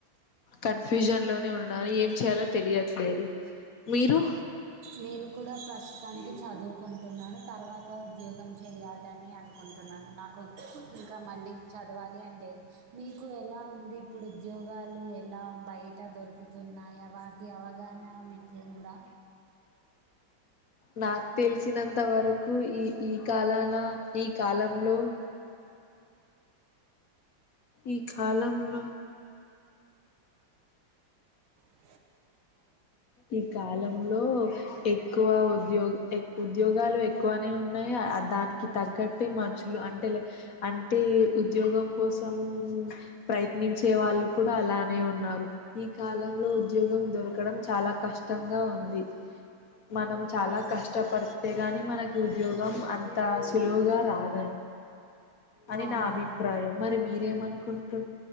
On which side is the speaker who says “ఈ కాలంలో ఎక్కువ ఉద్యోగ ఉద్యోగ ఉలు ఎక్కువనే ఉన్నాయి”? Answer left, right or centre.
Left